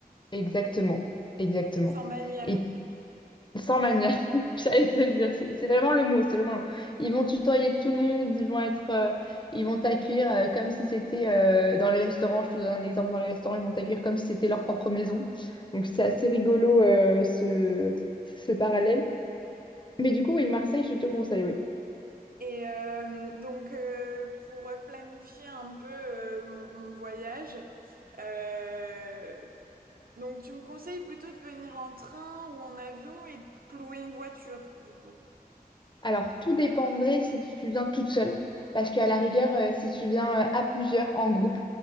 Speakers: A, on the left (about 30°); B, on the right (about 65°).
A: Exactement, exactement.
B: sans manière.
A: Et sans manuel, <laughs> j'allais te le dire, c'est c'est vraiment le mot, c'est vraiment le mot. Ils vont tutoyer tout le monde, ils vont être, euh, ils vont t'accueillir euh, comme si c'était euh, dans les restaurants. Je te donne un exemple dans les restaurants, ils vont t'accueillir comme si c'était leur propre maison. Donc c'est assez rigolo euh, ce, ce parallèle. Mais du coup, oui, Marseille, je te conseille, oui.
B: Et euh, donc, euh, pour planifier un peu euh, mon, mon voyage, euh, donc tu me conseilles plutôt de venir en train ou en avion et de louer une voiture, du coup.
A: Alors, tout dépendrait si tu viens toute seule, parce qu'à la rigueur, euh, si tu viens euh, à plusieurs en groupe,